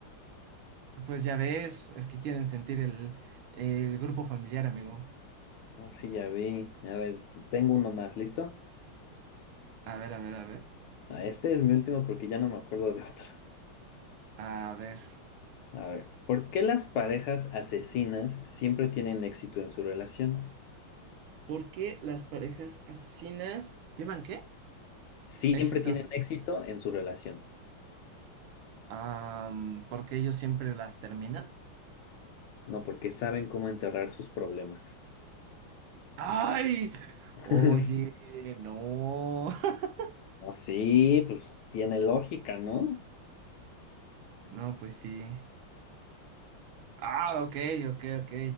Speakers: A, on the right; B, on the left.
A: Pues ya ves, es que quieren sentir el, el grupo familiar, amigo.
B: No, sí, ya vi. A ver, tengo uno más, ¿listo?
A: A ver, a ver, a ver.
B: Ah, Este es mi último porque ya no me acuerdo de <laughs> otros.
A: A ver.
B: A ver, ¿por qué las parejas asesinas siempre tienen éxito en su relación?
A: ¿Por qué las parejas asesinas llevan qué?
B: Siempre
A: Existan
B: tienen éxito en su relación.
A: Am, porque ellos siempre las terminan.
B: No, porque saben cómo enterrar sus problemas.
A: ¡Ay!
B: <laughs>
A: Oye, no. <laughs>
B: No, sí, pues tiene lógica, ¿no?
A: No, pues sí. Ah, ok, ok, ok.